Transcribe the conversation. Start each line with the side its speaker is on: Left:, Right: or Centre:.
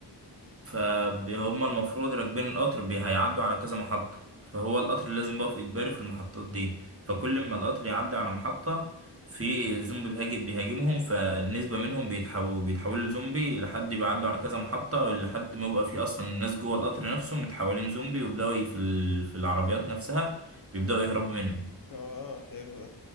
Right: فهم المفروض راكبين القطر بي- هيعدوا على كذا محطة فهو القطر لازم يقف إجباري في المحطات دي فكل ما القطر يعدي على محطة في زومبي بيهاجم بيهاجمهم فالنسبة منهم بيتحولوا بيتحولوا لزومبي لحد بيعدوا على كذا محطة لحد ما يبقى في أصلا الناس جوه القطر نفسه متحولين زومبي ويبدأوا ي- في ال- في العربيات نفسها بيبدأوا يهربوا منهم
Left: اه حلو ده